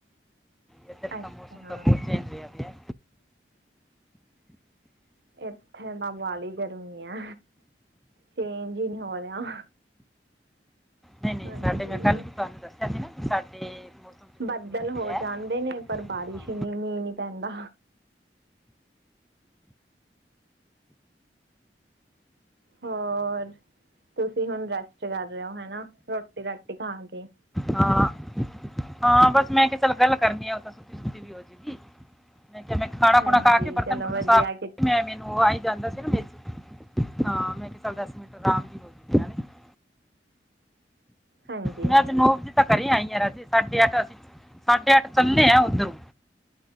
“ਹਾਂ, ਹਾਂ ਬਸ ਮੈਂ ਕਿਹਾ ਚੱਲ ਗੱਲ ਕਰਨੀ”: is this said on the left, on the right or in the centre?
Centre